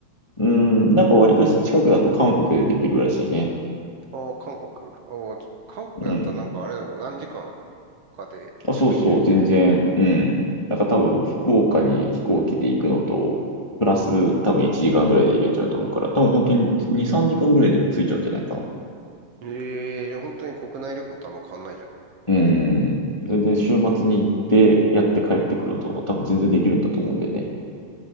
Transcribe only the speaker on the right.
おー、韓国。おー、じ韓国だったらなんかあれだよね。
何時間かですぐ行けるよね。
ええー、じゃあ本当に国内旅行とあんま変わんないじゃん。